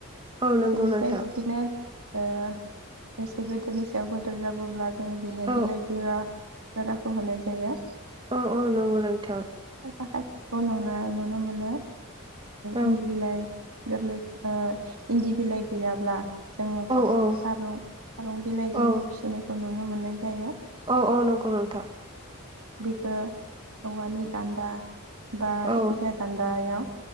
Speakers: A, on the right; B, on the right.
A: औ नंगौ
B: बेनिफ्राय
A: नोंथां
B: बिदिनो ओ एसे गोदोरनि सायाव गोदोर जाबोब्ला जोङो बिनो
A: औ
B: बिलाइ गोरा गोराखौ होनाय जायो
A: औ औ नंगौ नोंथां
B: फोरखौ नु नुनो मोनो
A: औ
B: इन्दि बिलाइ गोरलै ओ इन्दि बिलाइ गैयाब्ला जोङो
A: औ
B: खार खारं बिलाइजोंबो
A: औ
B: फिसिनायखौ नुनो नुनो मोननाय जायो
A: औ औ नंगौ नोंथां
B: बिखौ औवानि दान्दा बा
A: औ
B: जेखिजाया दान्दायाव